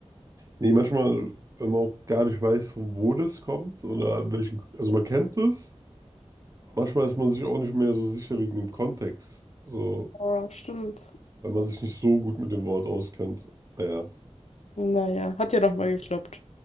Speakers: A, on the right (about 30°); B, on the left (about 70°).
A: nee, manchmal, wenn man auch gar nicht weiß, von wo das kommt oder welchen, also man kennt es, aber manchmal ist man sich auch nicht mehr so sicher wegen dem Kontext, so,
B: Ja. Stimmt.
A: weil man sich nicht so gut mit dem Wort auskennt. Naja.
B: Naja, hat ja nochmal geklappt.